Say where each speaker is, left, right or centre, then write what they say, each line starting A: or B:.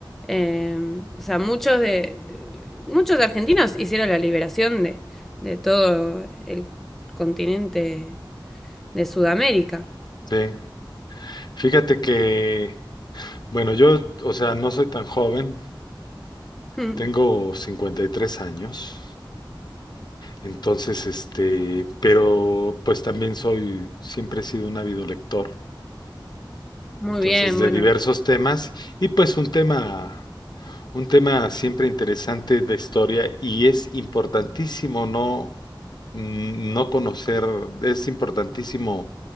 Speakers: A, in the centre; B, on the left.
A: Eh, o sea, muchos de, de- muchos argentinos hicieron la liberación de, de todo el continente de Sudamérica.
B: sí. Fíjate que, bueno, yo, o sea, no soy tan joven,
A: <laughs>
B: tengo 53 años, entonces, este, pero pues también soy, siempre he sido un ávido lector,
A: Muy
B: entonces,
A: bien,
B: de
A: bueno,
B: diversos temas, y pues un tema, un tema siempre interesante de historia, y es importantísimo no, mm, no conocer, es importantísimo